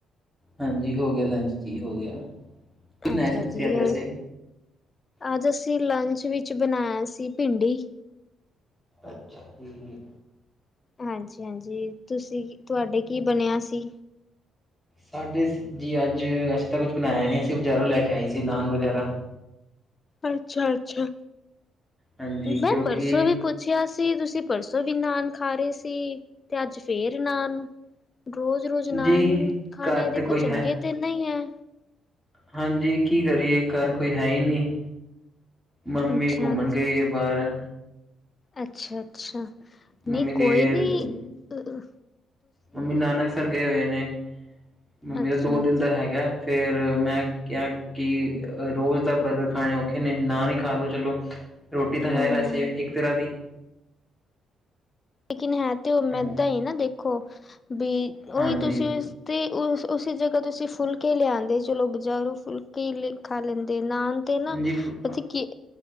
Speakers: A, in the centre; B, on the left (about 35°).
A: ਹਾਂਜੀ ਹੋ ਗਿਆ ਲੰਚ ਜੀ ਹੋ ਗਿਆ। ਕੀ
B: ਅੱਛਾ
A: ਬਣਾਇਆ ਸੀ ਤੁਸੀਂ
B: ਜੀ
A: ਅੱਜ ਵੈਸੇ?
B: ਰ ਅੱਜ ਅਸੀਂ ਲੰਚ ਵਿੱਚ। ਵਿੱਚ ਬਣਾਇਆ ਸੀ ਭਿੰਡੀ।
A: ਅੱਛਾ ਜੀ।
B: ਹਾਂਜੀ-ਹਾਂਜੀ ਤੁਸੀਂ ਕੀ ਤੁਹਾਡੇ। ਕੀ ਬਣਿਆ ਸੀ।
A: ਸਾਡੇ ਜੀ ਅੱਜ ਅਸੀਂ ਤਾਂ ਕੁਝ ਬਣਾਇਆ ਨਹੀਂ ਅਸੀਂ ਬਜ਼ਾਰੋਂ ਲੈ ਕੇ ਆਈ ਸੀ ਨਾਨ ਵਗੈਰਾ।
B: ਅੱਛਾ-ਅੱਛਾ
A: ਹਾਂਜੀ
B: ਮੈਂ
A: ਕਿਉਂਕਿ
B: ਪਰਸੋਂ ਵੀ ਪੁੱਛਿਆ ਸੀ ਤੁਸੀਂ। ਪਰਸੋਂ ਵੀ ਨਾਨ ਖਾ ਰਹੇ ਸੀ ਤੇ ਅੱਜ ਫੇਰ ਨਾਨ। ਰੋਜ਼-ਰੋਜ਼ ਨਾਨ
A: ਜੀ
B: ਖਾਣੇ
A: ਘਰ ਦੇ
B: ਦੇਖੋ
A: ਕੋਈ
B: ਚੰਗੇ
A: ਹੈ
B: ਤੇ ਨਹੀ ਹੈ।
A: ਹਾਂਜੀ ਕੀ ਕਰੀਏ ਘਰ ਕੋਈ ਹੈ ਹੀ ਨਹੀਂ। ਮੰਮੀ
B: ਅੱਛਾ-ਅੱਛਾ,
A: ਘੁੰਮਣ ਗਈਏ ਬਾਹਰ।
B: ਅੱਛਾ-ਅੱਛਾ। ਨਹੀਂ
A: ਮੰਮੀ ਗਈ
B: ਕੋਈ
A: ਹੋਈ ਹੈ
B: ਨੀ-ਅ-ਅ
A: ਮੰਮੀ ਨਾਨਕਸਰ ਗਏ ਹੋਏ ਨੇ ਮੰਮੀ
B: ਅੱਛਾ-ਅੱਛਾ
A: ਦਾ ਦੋ ਦਿਨ ਦਾ ਹੈਗਾ ਫਿਰ ਮੈਂ ਕਿਹਾ ਕਿ ਰੋਜ਼ ਦਾ ਬਰਗਰ ਖਾਣੇ ਔਖੇ ਨੇ ਨਾ ਨਹੀਂ ਖਾ ਲਓ ਚਲੋ ਰੋਟੀ ਤਾਂ
B: ਹੂੰ
A: ਹੈ ਵੈਸੇ ਇੱਕ ਤਰ੍ਹਾਂ ਦੀ
B: ਲੇਕਿਨ ਹੈਂ ਤੇ ਉਹ ਮੈਂਦਾ
A: ਹਾਂਜੀ
B: ਹੀ ਨਾ ਦੇਖ ਕੁਫ ਵੀ
A: ਹਾਂਜੀ
B: ਉਹੀ ਤੁਸੀਂ ਉਸ ਤੇ ਉਸ ਉਸੀ ਜਗ੍ਹਾ ਤੁਸੀਂ ਫੁਲਕੇ ਲਿਆਉਂਦੇ ਚਲੋ ਬਜ਼ਾਰੋਂ ਫੁਲਕੇ ਹੀ ਲ ਖਾ ਲੈਂਦੇ ਨਾਨ ਤੇ ਨਾ
A: ਹਾਂਜੀ ਫ-
B: ਪਤਾ ਕੀ